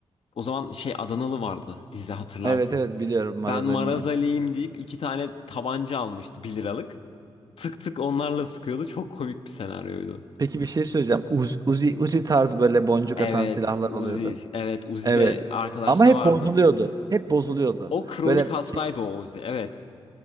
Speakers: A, on the left; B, on the right.
A: O zaman şey Adanalı vardı dizi hatırlarsın.
B: Evet evet biliyorum Marazali'nin
A: Ben Marazali'yim
B: oyunu.
A: deyip iki tane tabanca almıştı 1 liralık. Tık tık onlarla sıkıyordu. Çok komik bir senaryoydu.
B: Peki bir şey söyleyeceğim. Uz- Uzi, Uzi tarzı böyle boncuk
A: Evet
B: atan silahlar
A: Uzi.
B: oluyordu.
A: Evet Uzi
B: Evet.
A: de arkadaşta
B: Ama hep
A: vardı.
B: bozuluyordu. Hep bozuluyordu.
A: O kronik
B: Böyle
A: hastaydı
B: şey-
A: o Uzi. Evet.